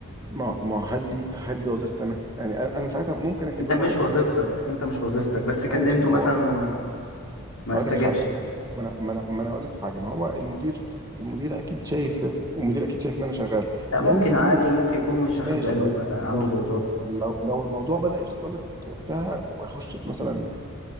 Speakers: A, on the right; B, on the left.
A: ما ما هل دي هل دي وظيفتي انا يعني انا أنا ساعتها ممكن اكلمه
B: انت مش
A: انا بس
B: وظيفتك انت مش وظيفتك بس كلمته
A: ماشي ما
B: مثلا
A: هو
B: وما ما
A: هقول
B: استجابش
A: لك حاجه ما انا ما انا ما انا هقول لك حاجه ما هو المدير المدير اكيد شايف ده والمدير اكيد شايف ان انا شغال
B: لا ممكن
A: لو مدير
B: عادي ممكن يكون مش واخد
A: ماشي
B: باله
A: لو
B: ما... عنده
A: لو
B: ضغوطات
A: لو لو الموضوع بدأ يختلط وقتها وهيخش في مثلا